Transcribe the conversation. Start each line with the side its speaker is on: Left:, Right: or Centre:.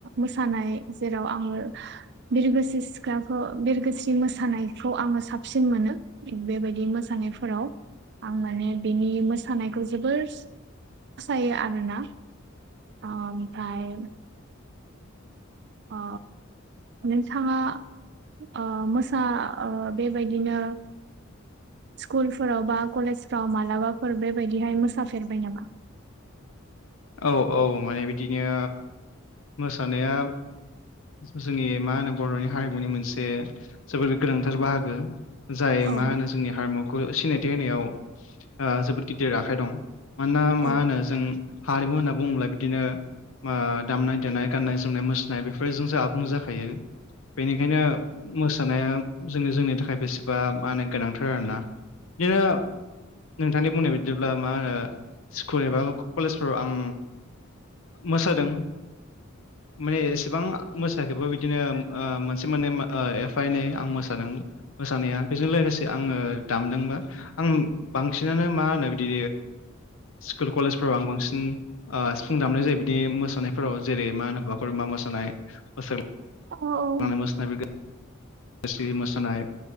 Right: मोसानाय जेराव आंङो बिरगोस्रि सिख्लाखौ बिरगोस्रि मोसानायखौ आंङो साबसिन मोनो। बेबायदि मोसानायफोराव आं माने बिनि मोसानायखौ जोबोर फोसायो आरोना ओ ओमफ्राय ओ नोंथाङा ओ मोसा ओ बेबायदिनो स्कुलफोराव बा कलेजफोराव मालाबाफोर बेबायदिहाय मोसाफेरबाय नामा?
Left: औ औ माने बिदिनो मोसानाया जोंनि मा होनो बर'नि हारिमुनि मोनसे जोबोद गोनांथार बाहागो। जाय
Right: औ
Left: मा होनो जोंनि हारिमुखौ सिनायथि होनायाव ओ जोबोद गिदिर आखाइ दं। मानोना मा
Right: औ
Left: होनो जों हारिमु होनना बुङोब्ला बिदिनो ओ दामनाय देनाय गाननाय जोमनाय मोसानाय बेफोरजोंसो आबुं जाखायो। बेनिखायनो मोसानाया जोंनि जोंनि थाखाय बेसेबा मा होनो गोनांथार आरोना। बिदिनो नोंथांनि बुंनाय बायदिब्ला मा होनो स्कुल एबा कलेज फोर आं मोसादों। माने एसेबां मोसायाखैबा बिदिनो ओ मोनसे मोननै ओ एफा एनै आं मोसादों। मोसानाया बेजों लोगोसे आंङो दामदोंबो। आं बांसिनानो मा होनो बिदि स्कुल कलेजफोराव आं बांसिन ओ सिुफुं दामनाय जायो बिदि मोसानायफोराव जेरै मा होनो बागुरुबा मोसानाय मोसा
Right: औ
Left: <inaudible> मोसानाय बेखो स्रि मोसानाय